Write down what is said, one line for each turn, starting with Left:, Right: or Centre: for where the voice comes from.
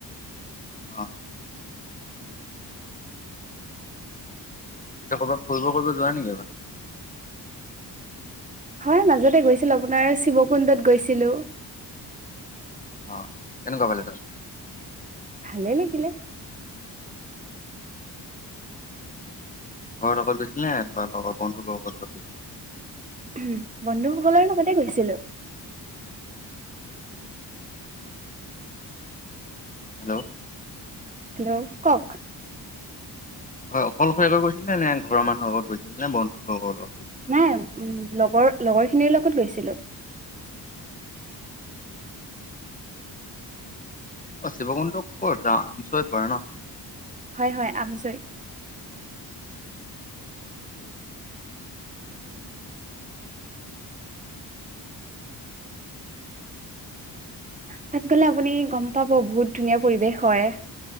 Left: অ। পিছে ক'ৰবাত ফুৰিব ফ কৰিব যোৱা নেকি এবাৰ?
Right: হয় মাজতে গৈছিলো আপোনাৰ শিৱকুণ্ডত গৈছিলো।
Left: অ কেনেকুৱা পালে তাত?
Right: ভাল লাগিলে।
Left: ঘৰৰ লগত গৈছিল নে বা লগৰ বন্ধুবৰ্গৰ লগত গৈছিল?
Right: উম বন্ধুসকলৰ লগতে গৈছিলো।
Left: হেল্ল'!
Right: হেল্ল' কওক।
Left: হয় অকলশৰিয়াকৈ গৈছিলে নে ঘৰৰ মানুহ আগত গৈছিল? নে বন্ধুবৰ্গৰ লগত গৈছিল
Right: নাই লগৰ লগৰ খিনিৰ লগত গৈছিলো।
Left: অ শিৱকুণ্ডটো কত আমি চ হৈ পৰে ন।
Right: হয় হয় আমজই তাত গ'লে আপুনি গম পাব বহুত ধুনীয়া পৰিৱেশ হয়।